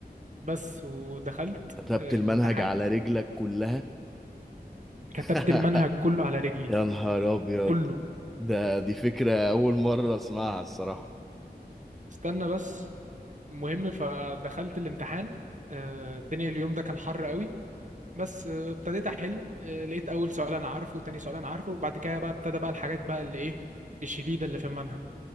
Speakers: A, on the right; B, in the centre.
A: بس ودخلت
B: كتبت
A: آه،
B: المنهج
A: الامتحان
B: على رجلك كلها
A: كتبت
B: <laughs>
A: المنهج كله على رجلي
B: يا نهار ابيض
A: كله
B: ده دي فكرة اول مرة اسمعها الصراحة
A: استنى بس المهم فدخلت الامتحان آه، الدنيا اليوم ده كان حر قوي بس آه، ابتديت احل آه، لقيت اول سؤال انا عارفه وتاني سؤال انا عارفه وبعد كده بقى ابتدى بقى الحاجات بقى اللي ايه الشديده اللي في المنهج